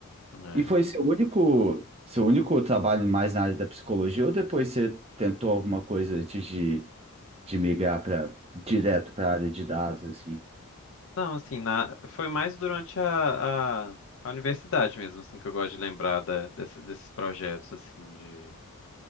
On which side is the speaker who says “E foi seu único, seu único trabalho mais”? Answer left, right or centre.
Right